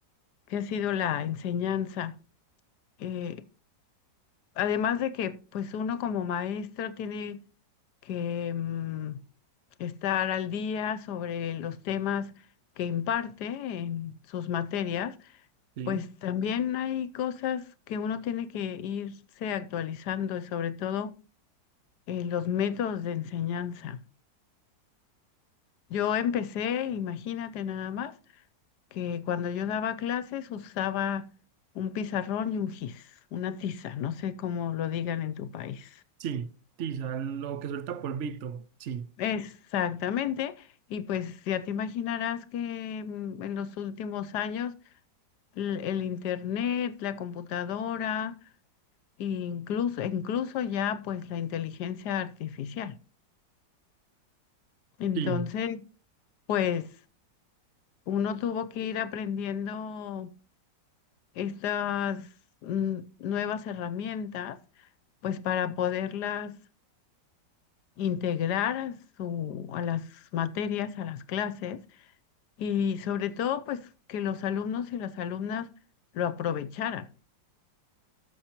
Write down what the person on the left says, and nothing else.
que ha sido la enseñanza. eh, Además de que, pues uno como maestro tiene que mm, estar al día sobre los temas que imparte en sus materias,
pues también hay cosas que uno tiene que irse actualizando y sobre todo eh, los métodos de enseñanza. Yo empecé, imagínate nada más, que cuando yo daba clases usaba un pizarrón y un gis, una tiza, no sé cómo lo digan en tu país.
Exactamente, y pues ya te imaginarás que mm, en los últimos años l- el, internet, la computadora, e incluso, incluso ya pues la inteligencia artificial. Entonces,
pues uno tuvo que ir aprendiendo estas mm, nuevas herramientas pues para poderlas integrar a su, a las materias, a las clases y sobre todo pues que los alumnos y las alumnas lo aprovecharan.